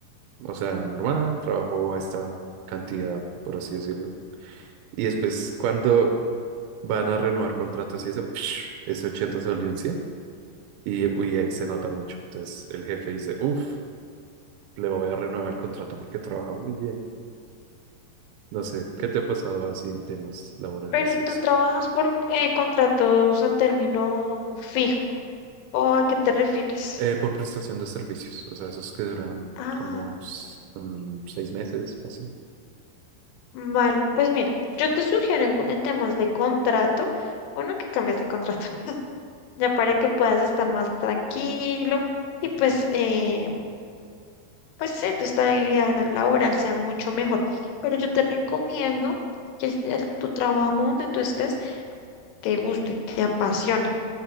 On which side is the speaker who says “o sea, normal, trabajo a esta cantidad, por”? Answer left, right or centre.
Right